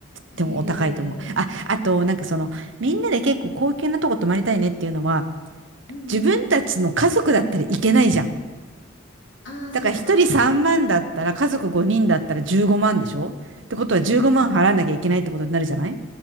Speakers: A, on the left (about 60°); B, on the right (about 65°).
A: え
B: でもお高いと思う。あ、
A: え
B: あと、なんかその、みんなで結構高級なとこ泊まりたいねっていうのは、
A: うんうん。
B: 自分たちの家族だったらいけないじゃん。
A: ああ、そっか。
B: だから1人3万だったら、家族5人だったら15万でしょってことは15万払わなきゃいけないってことになるじゃない
A: うん。うん